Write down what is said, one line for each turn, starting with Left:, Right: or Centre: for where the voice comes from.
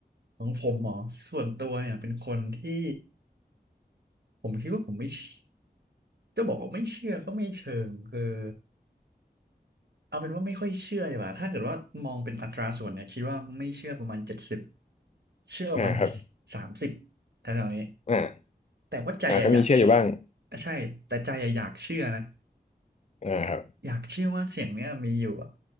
Right: ของผมเหรอ ส่วนตัวเนี่ยเป็นคนที่ผมคิดว่าผมไม่เชจะบอกว่าไม่เชื่อก็ไม่เชิงคือเอาเป็นว่าไม่ค่อยเชื่อดีกว่าถ้าเกิดว่ามองเป็นอัตราส่วนเนี่ยคิดว่าไม่เชื่อประมาณเจ็ดสิบเชื่อประมาณ
Left: อ่าครับ
Right: สามสิบแถวๆนี้
Left: อ่า
Right: แต่ว่าใจอะอยากเชื่อ
Left: อ่าก็มีเชื่ออยู่บ้าง
Right: ใช่ แต่ใจอะอยากเชื่อนะ
Left: อ่าครับ
Right: อยากเชื่อว่าเสียงเนี้ยมีอยู่อะ